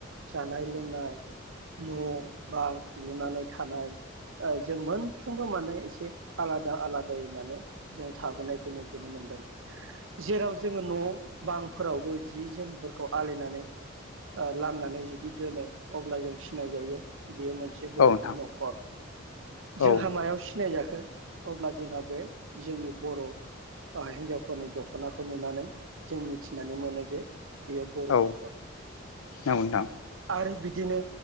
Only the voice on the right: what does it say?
जानाय लोंनाय न' बां लुनानै थानाय जों मोनफ्रोमबो माने एसे आलादा आलादायै माने जों थाबोनायखौ नुबोनो मोनदों जेराव जोङो न' बांफोरावबो जि जोमफोरखौ आलायनानै ओ लामनानै जुदि दोनो अब्ला जों सिनाय जायो। बेयो मोनसे बर'नि
न'खर जोंहा
मायाव सिनाय जाखो अब्ला जोंहा बे जोंनि बर' हिनजावफोरनि दख'नाखौ नुनानै जों मिथिनानै मोनो जे बेयाव बर
नखर
आरो बिदि बिदिनो